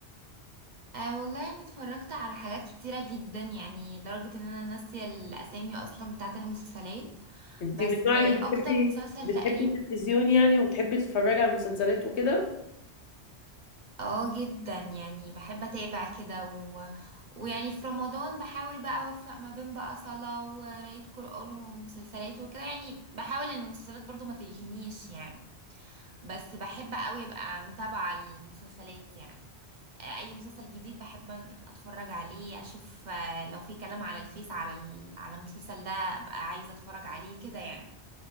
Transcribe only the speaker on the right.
آه والله انا اتفرجت على حاجات كتيرة جدا يعني لدرجة ان انا ناسية الاسامي اصلا بتاعة المسلسلات
بس
آه
اكتر مسلسل
تقريبا
اه جدا يعني بحب اتابع كده و... ويعني في رمضان بحاول بقى اوفق ما بين بقى صلاة وقراية قرآن ومسلسلات وكده يعني بحاول ان المسلسلات برضو ما تلهينيش يعني بس بحب قوي ابقى متابعة المسلسلات يعني آه، اي مسلسل جديد بحب ان اتفرج عليه اشوف آه، لو في كلام على الفيس على ال- على المسلسل ده ابقى عايزة اتفرج عليه كده يعني